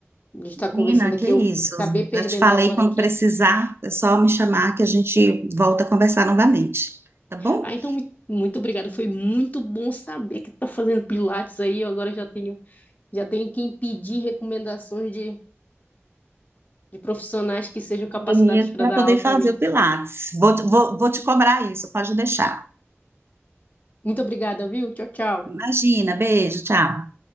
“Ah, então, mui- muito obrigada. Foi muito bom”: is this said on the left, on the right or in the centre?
Left